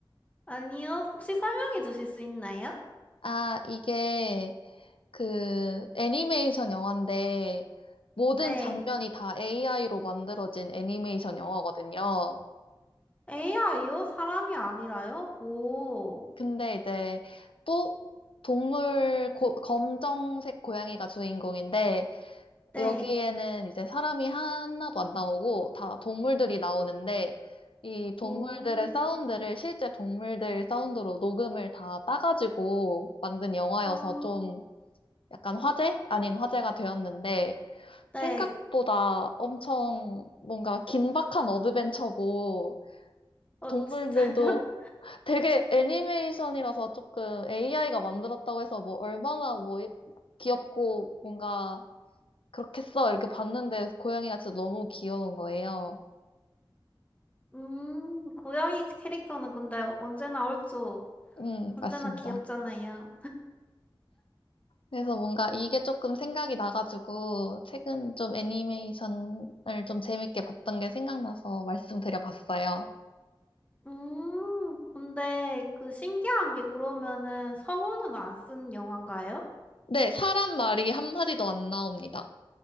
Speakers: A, on the left; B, on the left.
A: 아니요. 혹시 설명해 주실 수 있나요?
B: 아, 이게 그 애니메이션 영화인데 모든
A: 네.
B: 장면이 다 AI로 만들어진 애니메이션 영화거든요.
A: AI요? 사람이 아니라요? 오.
B: 근데 이제 또 동물 고- 검정색 고양이가 주인공인데
A: 네.
B: 여기에는 이제 사람이 하나도 안 나오고 다 동물들이 나오는데 이 동물들의
A: 오.
B: 사운드를 실제 동물들 사운드로 녹음을 다 따가지고 만든 영화여서
A: 아,
B: 좀 약간 화제? 아닌 화제가 되었는데
A: 네.
B: 생각보다 엄청 뭔가 긴박한 어드벤처고
A: 어,
B: 동물들도
A: 진짜요? <laughs>
B: 되게 애니메이션이라서 조금 AI가 만들었다고 해서 뭐 얼마나 뭐 귀엽고 뭔가 그렇겠어. 이렇게 봤는데 고양이가 진짜 너무 귀여운 거예요.
A: 음, 고양이 캐릭터는 근데 언제나 얼죠.
B: 음,
A: 언제나
B: 맞습니다.
A: 귀엽잖아요.
B: 그래서 뭔가 이게 조금 생각이 나가지고 최근 좀 애니메이션을 좀 재밌게 봤던 게 생각나서 말씀드려봤어요.
A: 음, 근데 그 신기한 게 그러면은 성우는 안 쓴 영화인가요?
B: 네, 사람 말이 한마디도 안 나옵니다.